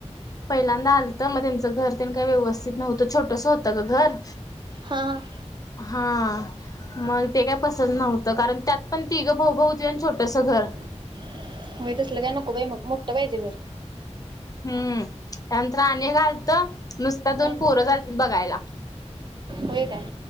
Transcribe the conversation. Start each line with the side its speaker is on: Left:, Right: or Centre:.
Left: पहिल्यांदा
Right: हा
Left: आलतं मग त्यांचं घर तेन काय व्यवस्थित नव्हतं छोटस होतं ग घर.
Right: हां हां.
Left: हां मग ते काय पसंत नव्हतं कारण त्यात पण तिघं भाऊ-भाऊ हुतीत अ तसं घर.
Right: व्हय तसलं काय नको बाई मग मोठं पाहिजे घर
Left: हुं त्यानंतर आणि आलतं नुसतं दोन
Right: हं
Left: पोरंच आलतीत बघायला.
Right: होय काय?